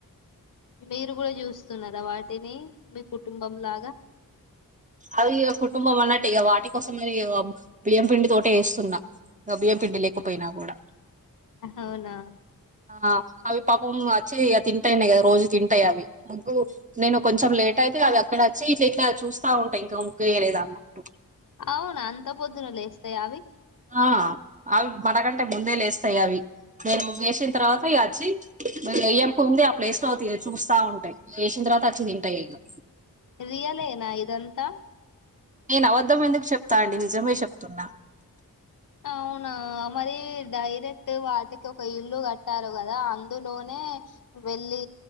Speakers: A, on the left (about 60°); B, on the right (about 25°).
A: మీరు గూడా చూస్తున్నారా. వాటిని మీ కుటుంబంలాగా?
B: అవీగా కుటుంబం అన్నట్టిగా వాటి కోసం ఇగ బియ్యం పిండి తోటి ఏస్తున్నా. బియ్యంపిండి లేకపోయినా గూడా.
A: అవునా
B: ఆ అవి పాపం ఆ చ్చి ఇగ తింటాయిన్నాయిగాదా. రోజు తింటాయి అవి ముగ్గు నేను కొంచెం లేట్ అయితే. అవి అక్కడ అచ్చి ఇట్లీట చూస్ స్తా ఉంటాయి. ఇంకా ముగ్గేయలేద అన్నట్టు.
A: అవునా అంత పొద్దున లేస్తాయా. అవి
B: ఆ అవి మనగంటే ముందే లేస్తాయి. అవి నేను ముగ్గేసిన తర్వాత ఇగ అచ్చి. మల్లె ఎయం కుముందే. ఆ ప్లేస్ లో తి చూస్తా ఉంటాయ్ ఏసిన్ తర్వాతాచ్చి తింటాయిగా.
A: రియ్యలేనా ఇదంతా?
B: నేను అబద్ధం ఎందుకు చెప్తా అండి. నిజమే చెప్తున్నా.
A: అవునా మరి డైరెక్ట్ వాటికే ఒక ఇల్లు కట్టారు గాదా. అందులోనే ఆ వెళ్లి